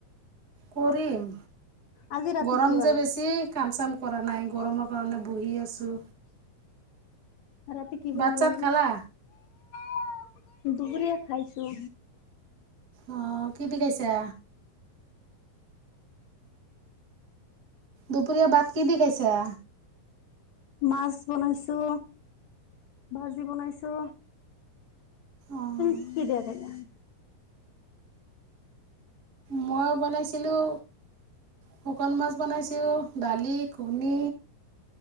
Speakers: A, on the right; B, on the left.
A: কৰিম।
B: আজি ৰাতি
A: গৰম
B: কি বনাবা?
A: যে বেছি কাম-চাম কৰা নাই। গৰমৰ কাৰণে বহি আছোঁ।
B: ৰাতি কি বনাব
A: ভাত চাত
B: আজি?
A: খালা
B: দুবৰীয়া খাইছোঁ।
A: অহ। কি দি খাইছা? দুপৰীয়া বাত কি দি খাইছা?
B: মাছ বনাইছো, ভাজি বনাইছো।
A: অঁ
B: তুম <unintelligible>
A: মই বনাইছিলোঁ শুকান মাছ বনাইছিলো, দালি, ঘুগনি।